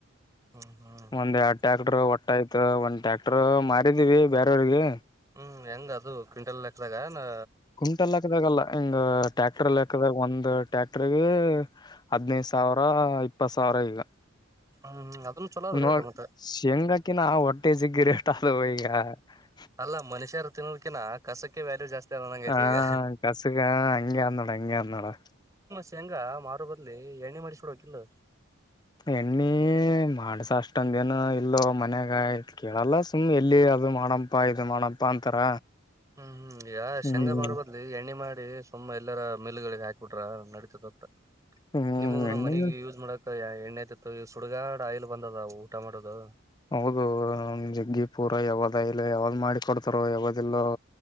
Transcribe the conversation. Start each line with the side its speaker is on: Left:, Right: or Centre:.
Right: ಹ್ಮ್ ಹ್ಮ್
Left: ಒಂದ್ ಎರಡ್ ಟ್ಯಾಕ್ಟರ್ ಒ ಆಯ್ತು ಒಂದ್ ಟ್ಯಾಕ್ಟರ್ ಮಾರಿದೀವಿ ಬೇರೆಯವ್ರಿಗೆ.
Right: ಹ್ಮ್ ಹೆಂಗ್ ಅದು ಕ್ವಿಂಟಲ್ ಲೆಕ್ಕದಾಗನಾ.
Left: ಕುಂಟಲ್ ಹಾಕದಾಗಲ್ಲಾ, ಹಿಂಗ ಟ್ಯಾಕ್ಟರ್ಲ್ಲಿ ಹಾಕದಾಗ, ಒಂದ್ ಟ್ಯಾಕ್ಟರ್ಗ ಹದ್ನೈದು ಸಾವಿರ, ಇಪ್ಪತ್ ಸಾವಿರ ಈಗ,
Right: ಹ್ಮ್ ಅದನ್ ಚಲೋ ಅದ್ರಿ
Left: ನೋಡ್
Right: ಮತ್ತ
Left: ಶೇಂಗಾಕಿನ ಆ ಹೊಟ್ಟೆಸಿಗೆ <unintelligible>
Right: ಅಲ್ಲಾ ಮನುಷ್ಯರು ತಿನ್ನೋದಕಿನಾ ಕಸಕ್ಕೆ ವ್ಯಾಲ್ಯೂ ಜಾಸ್ತಿ, ಅದ ನಂಗೈತಿ
Left: ಹಾ
Right: ಈಗ
Left: ಕಸಗ ಹಂಗೆ ಆದ ನೋಡ್ ಹಂಗೆ ಆದ ನೋಡ್.
Right: ಶೇಂಗ ಮಾರು ಬದ್ಲಿ ಎಣ್ಣೆ ಮಾಡಿಸ್ಕೊಡಬೇಕಕಿಲ್ಲಾ.
Left: ಎಣ್ಣಿ ಮಾಡ್ಸ ಅಷ್ಟೊಂದ ದಿನ ಇಲ್ಲ ಮನ್ಯಾಗ ಆಯತ್ ಕೇಳಲ್ಲ. ಸುಮ್ ಎಲ್ಲಿ, ಅದು ಮಾಡಮಪ್ಪಾ ಇದು ಮಾಡಪ್ಪ ಅಂತಾರ.
Right: ಹ್ಮ್ ಹ್ಮ್ ಈಗ ಶೇಂಗ
Left: ಹ್ಮ್
Right: ಮಾರಬದುಲೇ. ಎಣ್ಣಿ ಮಾಡ ಸುಮ್ಮ ಎಲ್ಲರ ಮೇಲು ಗಳಿಗೆ ಹಾಕ್ಬಿಟ್ರ ನಡಿತದಂಥ
Left: ಹ್ಮ್
Right: ನಿಮಗನು
Left: ಎಣ್ಣೆನ
Right: ಮನಿಗಿ ಯೂಸ್ ಮಾಡ, ಎಣ್ಣೆಯ್ತಿತ್ತು ಈ ಸುಡ್ಗಾಡ್ ಆಯಿಲ್ ಬಂದದ ಊಟಮಾಟೋದು.
Left: ಹೌದು ಜಗ್ಗಿ ಪೂರ ಯಾವದ ಇಲ್ಲ ಯಾವ್ದ್ ಮಾಡಿ ಕೊಡ್ತಾರೋ ಯಾವದಿಲ್ಲೋ.